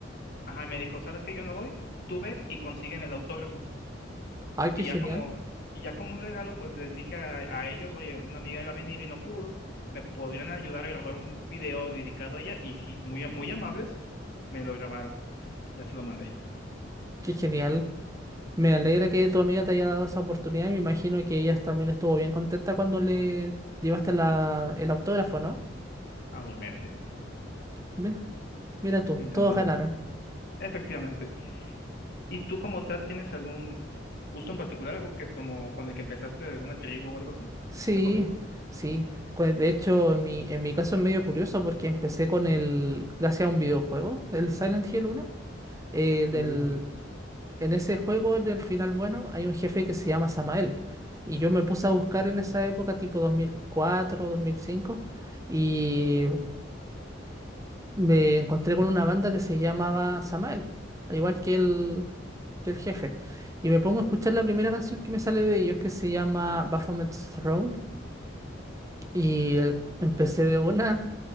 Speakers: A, on the left; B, on the right.
A: Ajá, y me dijo, ¿sabes qué? Yo no voy, tú ve y consígueme el autógrafo.
B: Ay, qué
A: Y
B: genial,
A: ya como, y ya como un regalo, pues les dije a, a ellos, oye, una amiga iba a venir y no pudo, me podrían ayudar a grabar un video dedicado a ella. Y sí, muy, a- muy amables, me lo grabaron. Ya se lo mandé,
B: qué genial. Me alegra que tu amiga te haya dado esa oportunidad y me imagino que ella también estuvo bien contenta cuando le llevaste la, el autógrafo, ¿no?
A: obviamente.
B: Mira, mira tú,
A: Le encantó.
B: todos ganaron.
A: Efectivamente. ¿Y tú como tal tienes algún gusto en particular, algo que como con el que empezaste de alguna tribu o algo así,
B: Sí,
A: de joven?
B: sí. Pues de hecho, en mi, en mi caso es medio curioso porque empecé con el, gracias a un videojuego, el Silent Hill uno. eh, del,
A: Uy,
B: en ese juego, del final bueno, hay un jefe que se llama Samael. Y yo me puse a buscar en esa época, tipo dos dos mil cuatro, dos mil cinco Y me encontré con una banda que se llamaba Samael, al igual que el, que el jefe. Y me pongo a escuchar la primera canción que me sale de ellos, que se llama Baphomet's Throne. Y el- empecé de una